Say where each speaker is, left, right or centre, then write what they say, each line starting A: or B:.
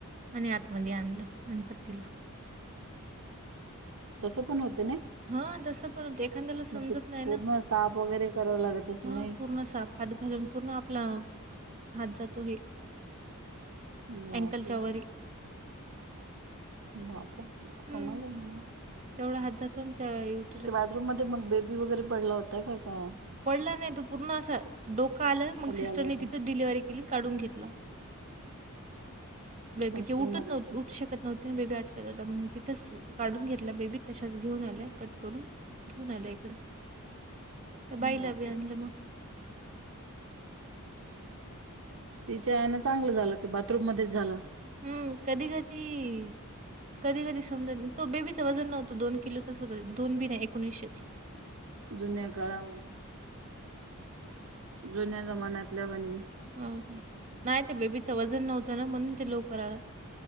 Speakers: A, on the right; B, on the right.
A: आणि आतमध्ये आणलं नंतर तिला.
B: तसं पण होते ना.
A: हा तसं पण होत, एखाद्याला समजत
B: मग ते
A: नाही
B: पूर्ण
A: ना,
B: साफ वगैरे करावं लागत असेल
A: हा
B: नाही
A: पूर्ण साप हात घालून पूर्ण आपला हात जातो हे.
B: बापरे!
A: अँकलच्या वरी.
B: बाप,
A: हं,
B: कमालच मग.
A: तेवढा हातातून <unintelligible>
B: ते बाथरूम मध्ये मग बेबी वगैरे पडला होता काय का.
A: पडला नाही. तो पूर्ण असा डोका आला मग
B: खाली
A: सिस्टरने
B: आला होता
A: तिथंच डिलिव्हरी केली काढून घेतला. बेबी
B: वॉशरूम
A: ते उटत
B: मध्येच
A: नव्ह उठू शकते. कत नव्हती बेबी आटकत होता. मग तिथेच काढून घेतला बेबी तशच घेऊन आल्या कट करून. झाल इकडं. त्या बाईला
B: बापरे
A: बी आणलं मग.
B: तिच्यान चांगलं झालं ते बाथरूम मध्येच झालं.
A: हम्म, कधी कधी. कधी कधी समजा तो बेबीच वजन नव्हतं दोन किलो त दोन बीन एकोणीसशेच
B: दुन्या काळा जुन्या जमान्यातल्या वणी
A: हो नाही ते बेबीच वजन नव्हतं ना म्हणून ते लवकरला